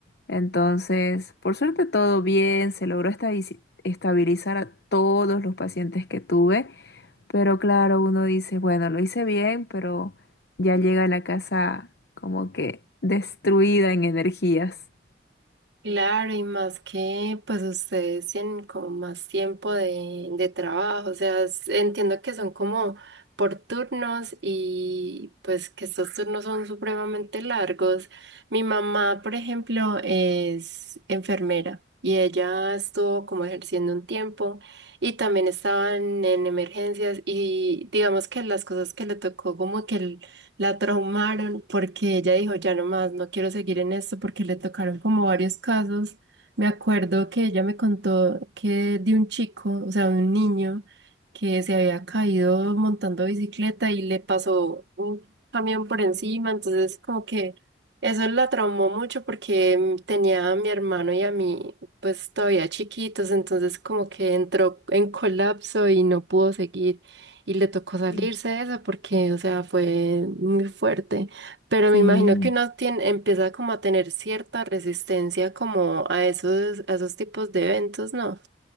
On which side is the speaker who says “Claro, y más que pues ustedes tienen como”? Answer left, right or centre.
Right